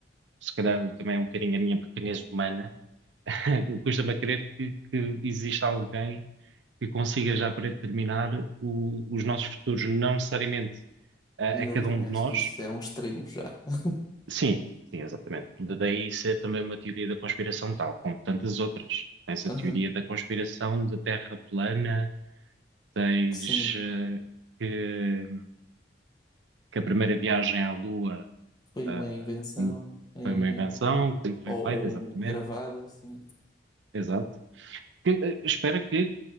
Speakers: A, on the right; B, on the left.
A: se calhar também é um bocadinho a minha pequenez humana, <laughs> custa-me a crer que, que exista alguém que consiga já predeterminar o- os nossos futuros, não necessariamente a
B: Eu
A: a cada
B: também
A: um
B: acho
A: de nós
B: que isso é um extremo já. <laughs>
A: Sim, sim, exatamente. De- Daí ser também uma teoria da conspiração tal, como tantas outras. Tens
B: Aham,
A: a teoria da conspiração de Terra plana, tens
B: Sim,
A: eh, que, que a primeira viagem à Lua
B: foi
A: ah,
B: uma invenção em,
A: foi uma invenção,
B: em-
A: que foi
B: ou,
A: feita,
B: ou
A: exatamente.
B: um gravado, assim,
A: Exato. Que, eh, espero que